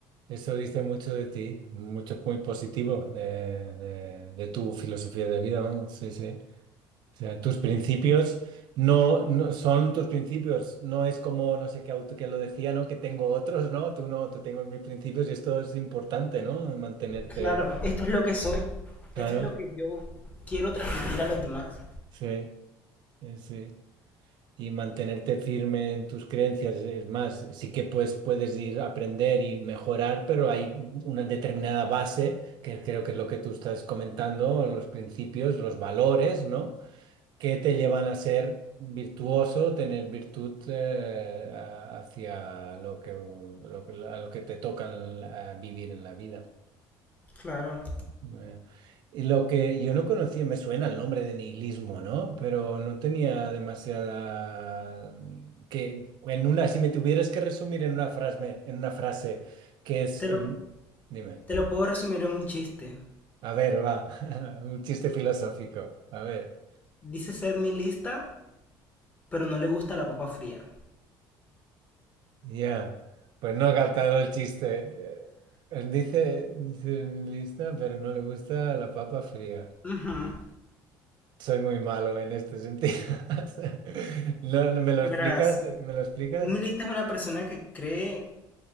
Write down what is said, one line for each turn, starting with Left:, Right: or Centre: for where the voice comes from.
Right: eso dice mucho de ti, mucho muy positivo de, de- de tu filosofía de vida, vamos, sí, sí. O sea, tus principios no, no son tus principios, no es como no sé qué auto que lo decía, ¿no? Que tengo otros, ¿no? Tú no, tú tengo mis principios y esto es importante, ¿no? Mantenerte,
Left: Claro, esto es lo que soy,
Right: claro,
Left: esto es lo que yo quiero transmitir a los demás.
Right: sí, eh, sí. Y mantenerte firme en tus creencias, es más, sí que pues puedes ir a aprender y mejorar, pero hay una determinada base, que creo que es lo que tú estás comentando, los principios, los valores, ¿no? que te llevan a ser virtuoso, tener virtud eh, a- hacia lo que, lo que- a lo que te toca en vivir en la vida.
Left: Claro.
Right: Eh, y lo que yo no conocía, me suena el nombre de nihilismo, ¿no? Pero no tenía demasiada... mm, que en una, si me tuvieras que resumir en una frase, en una frase que es...
Left: Te
Right: en-
Left: lo,
Right: dime,
Left: te lo puedo resumir en un chiste.
Right: a ver, va, <laughs> un chiste filosófico, a ver.
Left: Dice ser nihilista, pero no le gusta la papa fría.
Right: Ya, Pues no ha captado el chiste. Eh, Él dice, dice lista, pero no le gusta la papa fría.
Left: Ujú.
Right: Soy muy malo en este sentido. <laughs> O sea, No, no, ¿me lo
Left: Verás,
Right: explicas? ¿Me lo explicas?
Left: un nihilista es una persona que cree